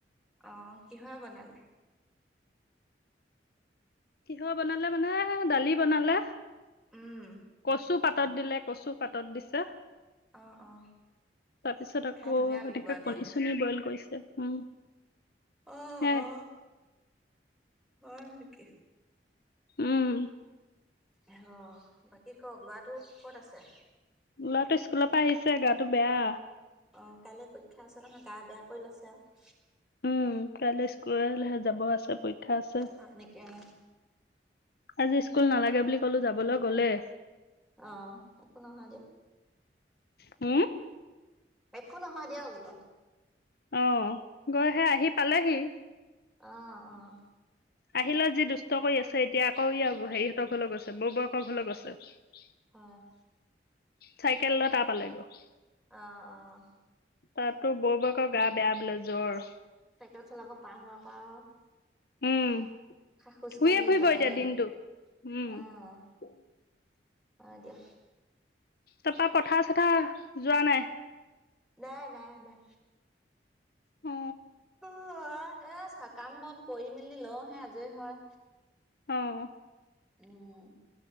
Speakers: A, in the centre; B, on the left.
A: অ কিহৰে বনালে?
B: কিহে বনালে মানে দালি বনালে,
A: উম
B: কচু পাত পাতত দিলে কচু পাতত দিছে।
A: অ' অ'।
B: তাৰ পিছত আকৌ
A: খাই ধুনীয়া লাগিব
B: এনেকে
A: আও দিয়ক
B: কণী চনী বইল কৰিছে উম।
A: অ
B: হে-
A: অ হয় নেকি।
B: উম
A: আহ বাকী কওক লৰাটো কত আছে?
B: লৰাটো স্কুলৰ পৰা আহিছে, গাটো বেয়া।
A: অঁ কাইলৈ পৰীক্ষাৰ ওচৰত আমাৰ গা বেয়া কৰি লৈছে আৰু।
B: উম কাইলৈ স্কুললৈ যাব আছে পৰীক্ষা আছে।
A: হয় নেকি অ
B: আজি স্কুল নালাগে বুলি ক'লো যাবলৈ গলে।
A: আহ একো নহয় দিয়া।
B: হম।
A: একো নহয় দিয়ক বোলো
B: অ' গৈ হে আহি পালেহি।
A: অ'অ'
B: আহিলে যি দুষ্ট কৰি আছে, এতিয়া আকৌ এইয়া হেৰিহঁতৰ ঘৰলৈ গৈছে, বৌ বৌয়েকৰ ঘৰলৈ গৈছে। <unintelligible>
A: অ'
B: চাইকেল লৈ তা পালেগৈ,
A: অ', অ',
B: তাতো বৌ বৌয়েকৰ গা <unintelligible> বেয়া বোলে জ্বৰ।
A: চাইকেল চলাব পাৰা হোৱা পৰা <unintelligible>
B: উম
A: খা খোজ
B: শুইয়ে
A: কাঢ়ি
B: ফুৰিব
A: নাযাই,
B: এতিয়া দিনটো উম
A: আহ।
B: <unintelligible>
A: অ' দিয়া।
B: তাপৰা পথাৰ চথাৰ যোৱা নাই? <unintelligible>
A: অ' গা বেয়া।
B: অ।
A: আহ' এইয়া চা কাম বন কৰি মেলি লওঁ হে আজৰি হওঁ।
B: অ'
A: উম'